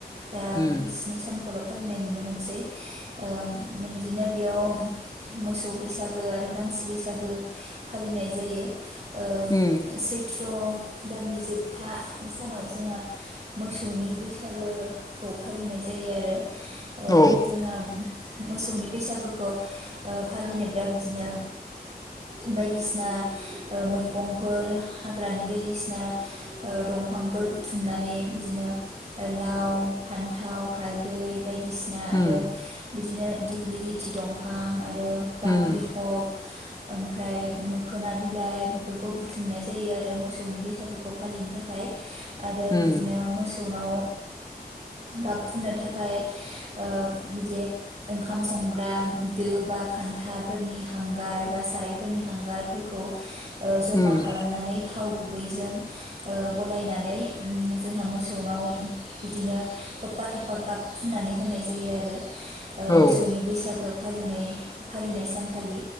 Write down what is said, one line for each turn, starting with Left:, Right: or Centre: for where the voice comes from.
Right: दा
Left: उम
Right: स्नि सानखौल' फालिनाय नुनो मोनसै ओ बिदिनो बेयाव मोसौ बैसागो आरो मानसि बैसागो फालिनाय जायो। ओ
Left: उम
Right: सैथ्र' दाननि जोबथा सानाव जोंहा मोसौ मोसौनि बैसागोखौ फालिनाय जायो आरो ओ
Left: औ
Right: जोंहा मोसौनि बैसागुखौ ओ फालिनोब्ला बिदिनो बायदिसिना ओ मैगंफोर हाग्रानि बायदिसिना ओ दंफांफोर बुथुमनानै बिदिनो लाव फान्थाव हालदै बायदिसिना बायदिसिना
Left: उम
Right: आरो बिदिनो दिग्लि लिथि दंफां आरो बाख्रिखब
Left: उम
Right: ओमफ्राय मोखोना बिलाइ बेफोरखौ बुथुमनाय जायो आरो मोसौनि बैसागु खौ फालिनो थाखाय आरो
Left: उम
Right: बिदिनो मोसौनाव गाब फुननो थाखाय ओ बिदि ओंखाम संग्रा दो बा खान्थाफोरनि हांगार बा सारायफोरनि हांगारफोरखौ ओ जमा
Left: उम
Right: खालामनानै थाव गुबै जों गलायनानै ओम जोंहा मोसौनाव बिदिनो थफा थफा गाब फुननानै होनाय जायो आरो। ओ
Left: औ
Right: मोसौनि बैसागु फालिनाय फालिनाय सानखालि